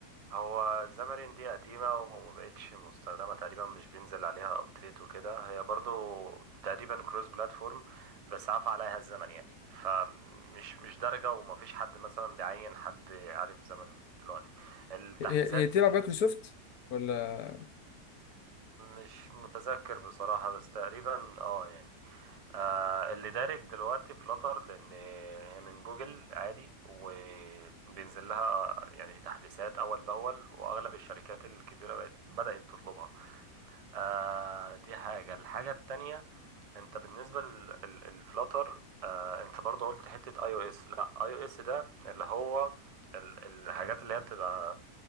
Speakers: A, on the right (about 30°); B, on the left (about 65°).
A: هو زامرين دي قديمة ومبقتش مستخدمة تقريبا مش بينزل عليها ابديت وكده هي برضو تقريبا كروس بلاتفورم بس عفى عليها الزمن يعني فمش مش درجة ومفيش حد مثلا بيعين حد عارف زمن دلوقتي التحديثات
B: هي هي تبع مايكروسوفت ولا
A: مش متذكر بصراحة بس تقريبا اه يعني آه اللي دارج دلوقتي فلاتر لأن هي من جوجل عادي وبينزل لها يعني تحديثات أول بأول وأغلب الشركات الكبيرة بقت بدأت تطلبها آه دي حاجة الحاجة التانية انت بالنسبة للفلاتر آه انت برضو قلت حتة اي او اس لا اي او اس ده اللي هو ال- الحاجات اللي هي بتبقى